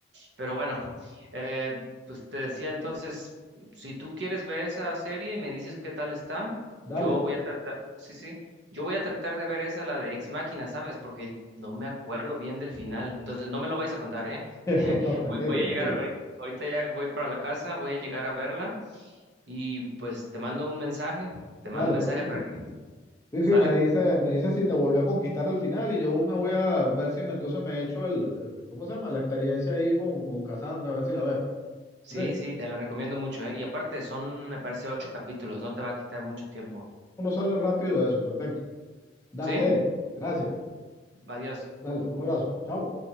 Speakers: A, on the right (about 75°); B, on the left (about 15°).
A: Pero bueno, eh, pues te decía entonces, si tú quieres ver esa serie y me dices qué tal está,
B: Dale.
A: yo voy a tratar, sí, sí, yo voy a tratar de ver esa, la de Ex Machina, ¿sabes? Porque no me acuerdo bien del final, entonces no me lo vais a contar, ¿eh?
B: <laughs>
A: <laughs>
B: No, tranquilo,
A: Voy, voy a
B: tranquilo.
A: llegar, ahorita, ahorita ya voy para la casa, voy a llegar a verla y pues te mando un mensaje, te mando
B: Dale,
A: un mensaje
B: perfecto.
A: para que,
B: Sí,
A: ¿sale?
B: sí, me dice, me dice si te volvió a conquistar el final y yo me voy a ver si me, entonces me he hecho el, el- ¿cómo se llama? La experiencia ahí con, con Cassandra, a ver si la veo.
A: Sí,
B: Ok,
A: sí, te la recomiendo mucho, ¿eh? Y aparte son, me parece, ocho capítulos, no te va a quitar mucho tiempo.
B: uno sale rápido de eso, perfecto. Dale,
A: ¿Sí?
B: Eric, gracias.
A: Adiós.
B: Dale, un abrazo. Chao.